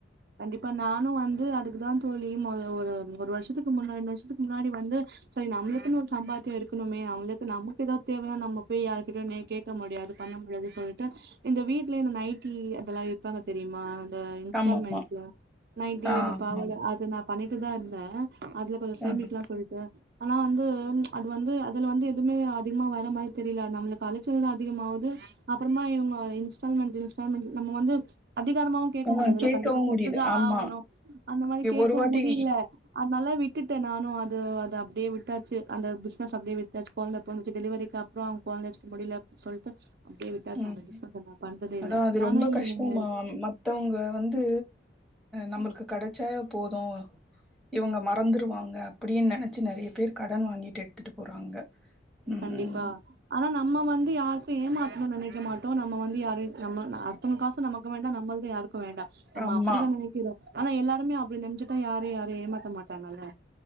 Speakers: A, on the right; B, in the centre.
A: கண்டிப்பா நானு வந்து அதுக்கு தா தோழி முத ஒரு ஒரு வருஷசக்கு முன்னாடி ரெண்டு வருஷக்குக முன்னாடி வந்து சேரி நம்மளுக்குன்ன ஒரு சம்பாத்தியம்இருக்கணுமே நம்மளுக்கு நமக்கு ஏதாதவது தேவன்னா நம்ம போய்யாருகிட்டயு கேக் பண்ண முடியாது பண்ண முடியாது சொல்ட்டு இந்த வீட்லே இந்த நைட்டி அதெல்லாம் விப்பாங்க தெரியுமா ஆ இன்ஸ்டால்மெண்ட்ல
B: ஆமா ஆமா
A: நைட்டி
B: ஆ
A: இந்த பாவாடை
B: ஆமா
A: அது நான் பண்ணிட்டு தான் இருந்தேன் அதுல கொஞ்சம் சேமிக்கலா
B: ஆ
A: சொல்ட்டு ஆனா வந்து அது வந்து அதுல வந்து எதுமே அதிகமா வர மாரி தெரில நம்மளுக்கு அலைச்சல் தான் அதிகமாவுது அப்பறமா இவுங்க இன்ஸ்டால்மெண்ட் இன்ஸ்டால்மெண்டட் நம்ம வந்து அதிகாரமும் வந்து கேட்க
B: ஆமா
A: முடியாதுல
B: கேட்கவு
A: கண்டிப்பா கூப்
B: முடியுது ஆமா
A: ஆவனும் அந்த மாரி கேட்கவு
B: ஒரு வாட்டி
A: முடில அதனால விட்டுட்டே நானும் அது அது அப்பனடியே விட்டாச்சு அந்த பிஸ்னஸ் அப்டியே விட்டாச்சு குழந்தை பொறந்துச்சு டெலிவரிக்கு அப் பறோ அவங்க குழந்தைய வச்சிட்டு முடில அப்டின்டு சொல்லிட்டு அப்டே விட் டாச்சு
B: ம்
A: அந்த பிஸ்னஸ் நான் பண்றதே
B: அதா
A: இல்ல
B: அது
A: நானும்
B: ரொம்ப கஷ்டமா
A: இ எ
B: மத்தவங்க வந்து நம்மளுக்கு கிடைச்சாவே போதும் இவங்க மறந்துருவாங்க அப்டின்னு நினைச்சு நிறைய பேர் கடன் வாங்கிட்டு எடுத்துட்டு போறாங்க ம்
A: கண்டிப்பா ஆனா நம்ம வந்து யாருக்கும் ஏமாத்தனும் நினைக்க மாட்டோம் நம்ம வந்து யாரு நம்ம அடுத்தவங்க காசு நமக்கு வேண்டாம் நம்மல்தும் யாருக் கும் குடுக்க வேண்டாம் நம்ம
B: ஆமா
A: அப்டித்தான் நினைக்கிறோம் ஆனா எல்லாருமே அப்டி நெனச்சிட்டா யாரும் யாரையும் ஏமாத்த மாட்டாங்கள